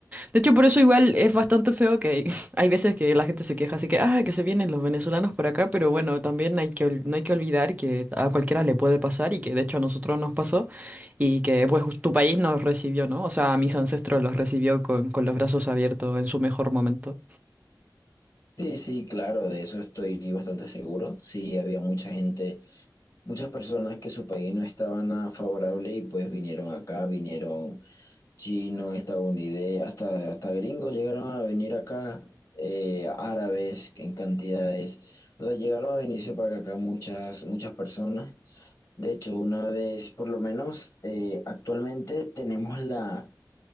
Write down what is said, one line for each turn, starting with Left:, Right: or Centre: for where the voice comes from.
Right: De hecho, por eso igual es bastante feo que hay, <laughs> hay veces que la gente se queja, así que, ah, que se vienen los venezolanos por acá, pero bueno, también hay que, ol- no hay que olvidar que a cualquiera le puede pasar y que de hecho a nosotros nos pasó y que pues tu país nos recibió, ¿no? O sea, a mis ancestros los recibió con, con los brazos abiertos en su mejor momento.
Left: Sí, sí, claro, de eso estoy bastante seguro. Sí, había mucha gente, muchas personas que su país no estaba nada favorable y pues vinieron acá, vinieron chinos, estadounidenses, hasta, hasta gringos llegaron a venir acá, eh, árabes en cantidades. O sea, llegaron a venirse para acá muchas, muchas personas. De hecho, una vez, por lo menos, eh, actualmente tenemos la,